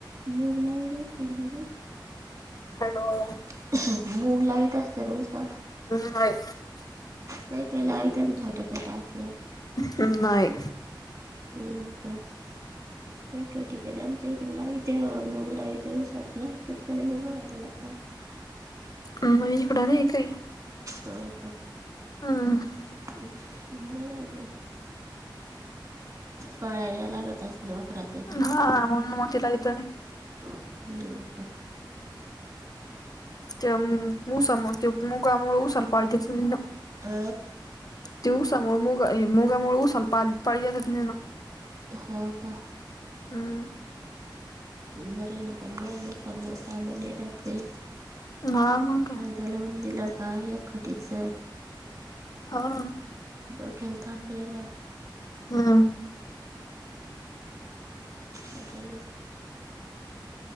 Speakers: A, on the right; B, on the left.
A: मुगलाई दसधच्या
B: हॅलो
A: गं. <unintelligible> मूग लाईत असते नौसात.
B: नाही
A: काही काही लावित्या छोटा, छोटा असल्यावर.
B: नाही.
A: हो का, ठिक हे, ठिक हे आमच्या इकडे लावीत ते मुग लावित्या उसात ना तितका मुगा त्याला पाय
B: आम्हा इकडं नाही काही.
A: हो का.
B: हम्म ‌.
A: बर पळायला यात लागत असतय. दहा अकराचे ते
B: हा म्हणून मग तिला इथं नाही
A: ने जाऊ का?
B: त्या उसामुळे ते मुगामुळे उसाल पाणी देत नाही ना.
A: अ
B: ते ऊसामुळे मुग मुगामुळे ऊसाला पाळी देता येत नाही ना.
A: हो का
B: हम्म‌.
A: बर आहे पण, म ऊसाला कामं लय राहतय.
B: हा, मग काय.
A: ता लावून दिला का एखादीच.
B: हा.
A: डोक्याला ताप देनार.
B: हम्म
A: पचाली. <inaudible>